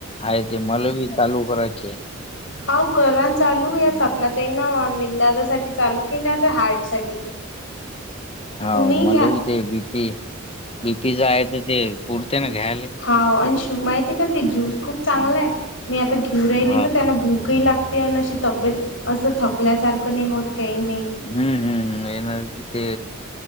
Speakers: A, on the left; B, on the left.
A: हा ते मलावीी चालू करायचे
B: हावराण चालू आहे सपना त नान विन दादा साठी चालू केल्याता हार्ट साठी
A: होा
B: तुम्ही घ्या
A: मले बी ते बीपी बीपीच आहे तर ते कुडते ना घ्या
B: हा आणि श माहिती आहे का ते ज्यूस
A: हम्म.
B: खूप चांगला आहे मी आता घेऊ राहिली
A: हा
B: ना त्यांना भूकही लागते आणि अशी तब्येत असं थक चकल्यासारखं नाही होत काही नाही
A: हम्म हम्म एनर्जी ते